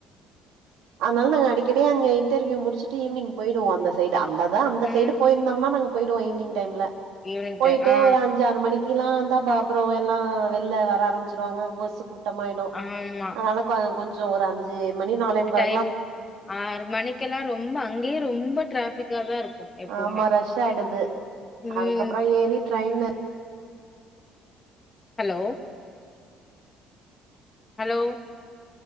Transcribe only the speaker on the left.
ம்
ஈவினிங்
டைம் ஆ
ஆமா
டைமு ஆறு மணிக்கெல்லா ரொம்ப அங்கயே ரொம்ப டிராபிக்காதா இருக்கு எப்பவுமே
ம்
ஹலோ ஹலோ